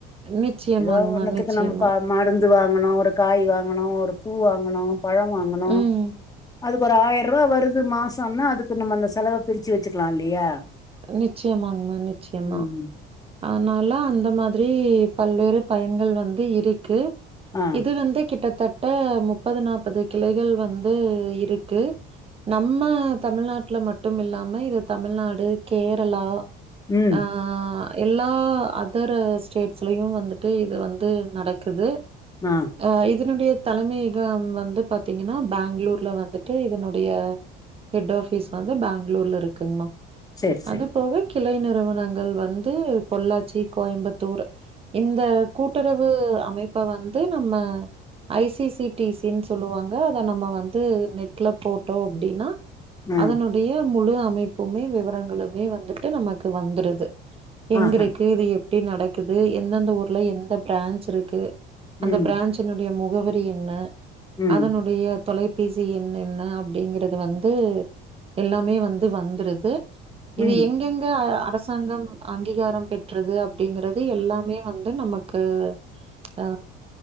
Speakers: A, on the right; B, on the left.
A: நிச்சயமாங்கம்மா,
B: ஏதோ ஒன்னுத்துக்கு
A: நிச்சயமா.
B: நம்ம பாத்து மருந்து வாங்கனு ஒரு காய் வாங்கணு ஒரு பூ வாங்கனு பழம் வாங்கனு
A: ம்.
B: அதுக்கு ஒரு ஆயிர்ரூவா வருது மாசோனா அதுக்கு நம்ம அந்த செலவ பிரிச்சு வச்சுக்கலா இல்லையா
A: நிச்சயமாங்கா நிச்சயமா
B: ம்
A: அதனால அந்த மாதிரி பல்வேறு பயன்கள் வந்து இருக்கு
B: அஹ்
A: இது வந்து கிட்டத்தட்ட முப்பது நாப்பது கிளைகள் வந்து இருக்கு நம்ம தமிழ்நாட்ல மட்டும் இல்லாம இது தமிழ்நாடு கேரளா
B: ம்
A: அ எல்லா அதரு ஸ்டேட்ஸ்லையு வந்துட்டு இது வந்து நடக்குது
B: அ
A: அ இதனுடைய தலைமையகம் வந்து பாத்தீங்கன்னா பேங்ளூர்ல வந்துட்டு இதனுடைய ஹெட் ஆஃபீஸ் வந்து பேங்ளூர்ல இருக்குங்மா
B: சரி சரி
A: அது போக கிளை நிறுவனங்கள் வந்து பொள்ளாச்சி கோயம்புத்தூர் இந்த கூட்டுறவு அமைப்ப வந்து நம்ம ஐசிசிடிசனு சொல்லுவாங்க அத நம்ம வந்து நெட்ல போட்டோ அப்டீன்னா
B: ஆ
A: அதனுடைய முழு அமைப்புமே விவரங்களுமே வந்துட்டு நமக்கு வந்துருது எங்க
B: ஆஹா
A: ருக்கு இது எப்படி நடக்குது எந்தெந்த ஊர்ல எந்த பிரான்ச் இருக்கு அந்த
B: ம்
A: பிராஜ்ஜினுடைய முகவரி என்ன
B: ம்
A: அதனுடைய தொலை பிசிஎண் என்ன அப்டிங்கறது வந்து எல்லாமே வந்து வந்ருது
B: ம்
A: இது என் எங்கங்க அரசாங்கம் அங்கீகாரம் பெற்றது அப்டிங்கிறது எல்லாமே வந்து நமக்கு ஆ